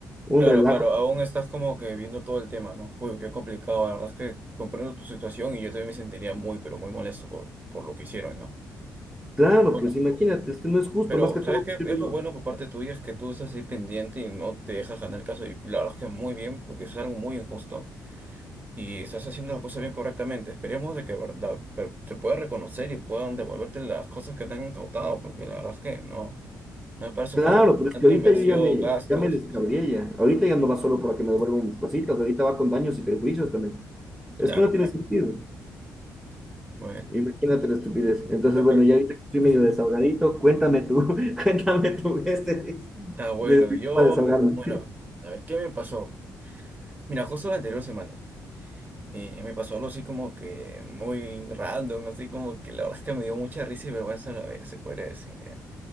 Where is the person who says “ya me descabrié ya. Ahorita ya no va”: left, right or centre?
Centre